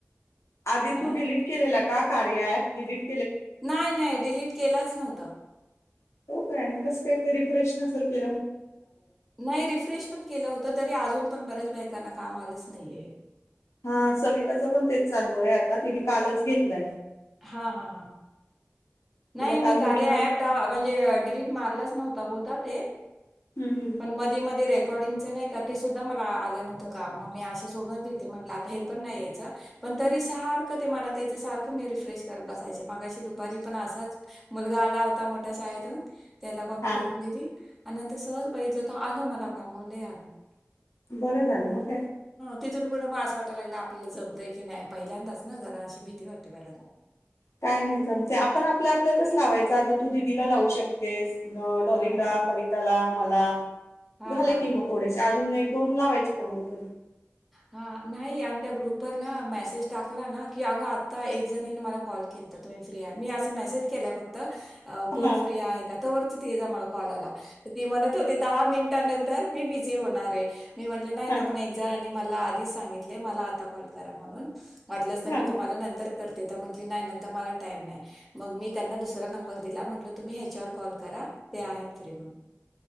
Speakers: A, on the left (about 80°); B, in the centre.
A: आधी
B: अ?
A: तू डिलीट केलेलं का कार्या अँप. डलीट
B: नाही नाही डिलीट के लाच नव्हता
A: हो काय मंकस काय ते रिफ्रेश <unintelligible> <unintelligible>
B: नाही रिफ्रेश पण केलं होत तरी अजून पण बऱ्याच बायकांना काम आलंच नाहीये हे
A: हाअं सविताचं पण तेच चालू आहे आता तिनी कालच घेतलायं.
B: हा हा हा नाही
A: तिला
B: मी
A: काल म्हटलं
B: कार्या ऍप डं म्हणजे डिलीट मारलाच नव्ह ता होता ते
A: हं, हं.
B: <inaudible> पण मधी मध्ये रे कॉर्डंगचं नाही का ते सुदा मला आलं न्हवतं का म मी असं सोडूचं दिल्टी म्हटलं आता हे पण नाहीयेच पण तरी साआ रखं ते मनातं सारख मी रिफ्रेश करत बसायचे मगाशी दुपारी पण असाचं मुलगा आला होता मोठ्या शाळेतून त्याला कॉपी
A: हां,
B: करून दिली. आणिनंत सहज बघितलं त आलं मला काम लयअंत
A: बरं झालं मग काय?
B: तिथून पूण म असं वाटायला लागला आपल्याला जमतंय की नाही पहिल्यांदाच ना जरा अशी भीती वाटते पऱ्यांदा
A: काय नाही चमचंय आपण आपल्या आपल्यातच लावायच आता तू दिदीला लावू शकतेस. मं डॉली
B: हा
A: ला कविताला <unintelligible>
B: हा
A: झाले
B: हा हा
A: कि म थोडेसे अजून नाइ टोन्ग लावायचे कोनालंतरी
B: हा नाही आनं त्या ग्रुपवर ना मेसेज टाकला ना की अगं आता एक जणीने मला कॉल केलतं तुम्ही फ्री आहा मी असं मेसेज केला फक्त अं कोण
A: हां,
B: फ्री आहे का तर जा मला कॉल आला. ती म्हणत होती, 'दहा मिनिटां नंतर मी बिझी होणार आहे'. मी म्हटलं नाही
A: हां,
B: ना, पण एक- मला आधीच सांगितले, 'मला आता कॉल करा म्हणून'. म्हटलं, तर
A: हां.
B: मी तुम्हाला नंतर करत- ते तर म्हटले, 'नाही नंतर मला टाईम नाही' मग मी त्यांना दुसरा नंबर दिला म्हटलं, 'तुम्ही ह्याच्यावर कॉल करा, ते आहेत फ्री म्हणून'.